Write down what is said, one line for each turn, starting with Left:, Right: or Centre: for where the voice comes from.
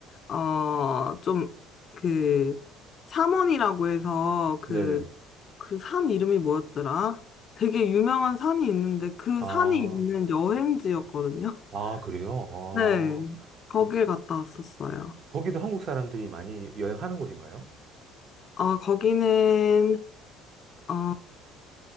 Left: 어, 좀, 그, 샤원이라고 해서, 그,
Right: 네네.
Left: 그 산 이름이 뭐였더라? 되게 유명한 산이 있는데, 그
Right: 아,
Left: 산이 있는 여행지였거든요.
Right: 아, 그래요? 아,
Left: 네, 거길
Right: 거,
Left: 갔다 왔었어요.
Right: 거기도 한국 사람들이 많이 여행하는 곳인가요?
Left: 어, 거기는, 어,